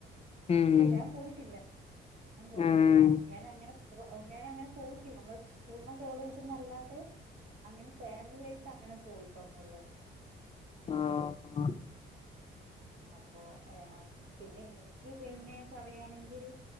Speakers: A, on the left (about 30°); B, on the right (about 45°).
A: ഉം
B: ഇല്ലല്ല ഞാൻ പോയിട്ടില്ല ഞാൻ പോയിട്ടില്ല
A: ആഹ്
B: ഞാനങ്ങനെ <unintelligible> ഞാൻ അങ്ങനെ പോയിട്ടില്ല നമ്മൾ സ്കൂൾന്നും കോളേജ്ന്നും അല്ലാതെ അങ്ങനെ ഫാമിലി ആയിട്ട് അങ്ങനെ പോയിട്ടൊന്നുല്ല
A: ആഹ് ആഹ്
B: അപ്പൊ പിന്നെ എനിക്ക് പിന്നെ പറയയാണെങ്കിൽ